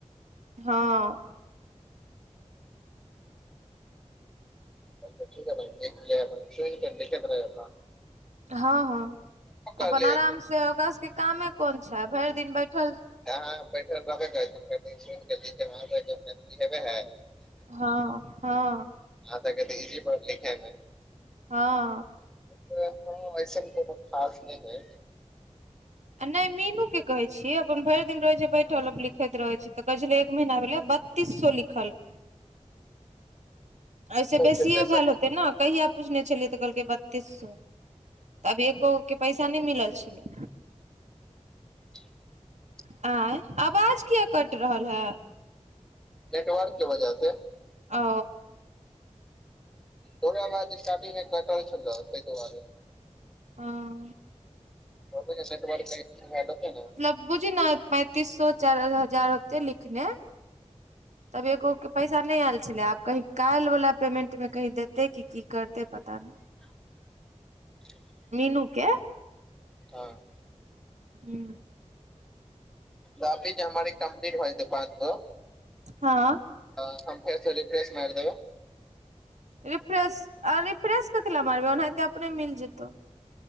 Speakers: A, on the right (about 70°); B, in the centre.
A: हाॅं।
B: चऽ ठीक है अपन रह <inaudible>
A: हाॅं हाॅं
B: कर
A: अपन आराम से, ओकरा सबके कामे कोन छै भरि दिन बैठल।
B: हाॅं बैठल रहबे करै छै, सुन क लिख मे मैथिली हेबे है।
A: हाॅं हाॅं।
B: अहाॅं तऽ कहलियै इजी पडत लिखैमे।।
A: हाॅं।
B: हमको लगा हाॅं ऐसन कोनो खास नहि है।
A: आ नहि मीनू के कहे छियै, अपन भरि दिन रहे छै बैठल।
B: हँ
A: लिखैत रहै छै तऽ कहै छलै, एक महीना भेलै बत्तीस सौ लिखलकै। एहिसे
B: कते
A: बेसिए भेल हेतै ने कहिया पूछने छलियै तऽ कहलकै बत्तीस सौ। तऽ अभी एकोेगो के पैसा नहि मिलल छलै।
B: ठीक।
A: आंय। आवाज किया कटि रहल है।
B: नेटवर्क के वजह से।
A: ओ।
B: थोड़े बाद स्टार्टिंग मे कटल छलै तै द्वारे।
A: हाॅं।
B: और नेटवर्क कही शुरू भेल हेतै ने।
A: बुझि ने पैंतीस सौ चारि हजार होतै लिखने तब एगो के पैसा नहि आयल छलै, आब कही काल्हि वला पेमेंट में कही दे देतै की कि करतै पता नहि।
B: <inaudible>
A: मीनू के।
B: हाॅं।
A: हूॅं।
B: टाॅपिक जे हमर ई कम्प्लीट भ जैते पाँच सौ।
A: हाॅं।
B: ह हम फेर से रिफ्रेश मारि देबै।
A: रिफ्रेश आ रिफ्रेश कथी ले मारबहीन ओनाहिते अपने मिल जेतौ।